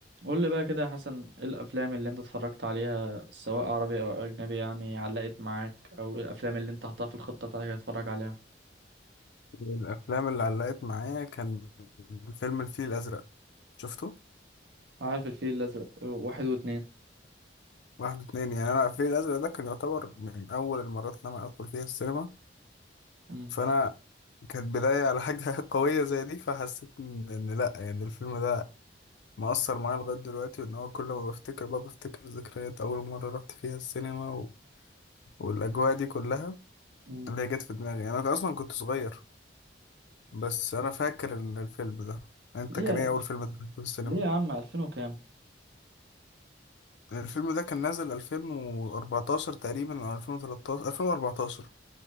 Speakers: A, on the right; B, on the left.
A: قول لي بقى كده يا حسن ايه الافلام اللي انت اتفرجت عليها سواء عربي او اجنبي يعني علقت معاك او إيه الافلام اللي انت حطها في الخطة بتاعتك هتتفرج عليها
B: الأفلام اللي علقت معايا كان فيلم الفيل الأزرق شفته؟
A: عارف الفيل الازرق آه، واحد واتنين
B: واحد واتنين يعني أنا الفيل الأزرق ده كان يعتبر من أول المرات اللي أنا أدخل فيها السينما
A: امم
B: فأنا كانت بداية على حاجة <laughs> قوية زي دي فحسيت إن إن لأ يعني الفيلم ده مؤثر معايا لغاية دلوقتي وإن هو كل ما بفتكر بقى بفتكر ذكريات أول مرة رحت فيها السينما و... والأجواء دي كلها
A: امم
B: اللي هي جت في دماغي يعني أنا أصلا كنت صغير بس أنا فاكر ال- الفيلم ده أنت
A: ليه
B: كان إيه أول فيلم دخلته في السينما؟
A: ليه يا عم 2000 وكام
B: الفيلم ده كان نازل 2014 تقريبا او 2013 2014